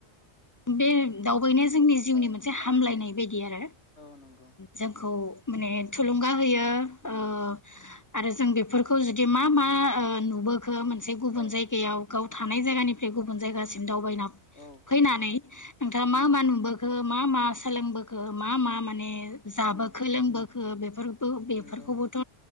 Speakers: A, on the left; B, on the left.
A: बे जोंनि जिउनि
B: औ
A: मोनसे हामलायनाय बि आरो
B: औ नंगौ
A: जोंखौ माने थुलुंगा होयो
B: उम
A: ओ आरो जों बेफोरखौ जुदि मा मा ओ नुबो मोनसे गुब
B: औ
A: जाय गाव थानाय
B: औ
A: ज गुब ज <inaudible> सिम दाव
B: औ
A: फैनानै नोंथाङा मा
B: उम
A: मा <unintelligible> ओ मा मा सोलोंबोखो मा मा माने जाबोखो
B: उम
A: लोंबो ओ बेफोर ओ बेफोरखौबोथ'
B: नंगौ